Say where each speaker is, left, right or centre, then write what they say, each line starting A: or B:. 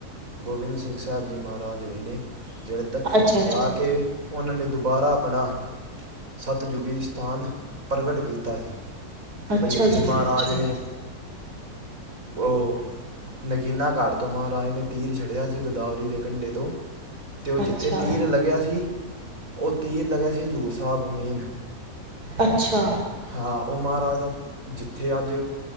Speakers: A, on the right (about 60°); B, on the right (about 80°).
A: ਗੋਬਿੰਦ ਸਿੰਘ ਸਾਹਿਬ ਜੀ ਮਹਾਰਾਜ ਹੋਏ ਨੇ ਜਿਹੜੇ ਦੱਖਣ
B: ਅੱਛਾ
A: ਚ
B: ਅੱਛਾ
A: ਜਾ ਕੇ ਉਹਨਾਂ ਨੇ ਦੁਬਾਰਾ ਆਪਣਾ ਸਤਿਯੁਗੀ ਸਥਾਨ ਪ੍ਰਗਟ ਕੀਤਾ ਸੀ।
B: ਅੱਛਾ
A: ਬਾਈ ਇੱਥੇ
B: ਜੀ
A: ਮਹਾਰਾਜ
B: ਅੱਛਾ
A: ਨੇ ਉਹ ਨਗੀਨਾ ਘਾਟ ਤੋਂ ਮਹਾਰਾਜ ਨੇ ਤੀਰ ਛੱੜਿਆ ਸੀ, ਗੋਦਾਵਰੀ ਦੇ ਕੰੰਢੇ ਤੋਂ ਅਤੇ ਉਹ
B: ਅੱਛਾ
A: ਜਿੱਥੇ ਤੀਰ ਲੱਗਿਆ ਸੀ, ਉਹ ਤੀਰ ਲੱਗਿਆ ਸੀ, ਹਜ਼ੂਰ ਸਾਹਿਬ ਮੇਨ
B: ਅੱਛਾ
A: ਹਾਂ ਉਹ ਮਹਾਰਾਜ ਦਾ ਜਿੱਥੇ ਅੱਜ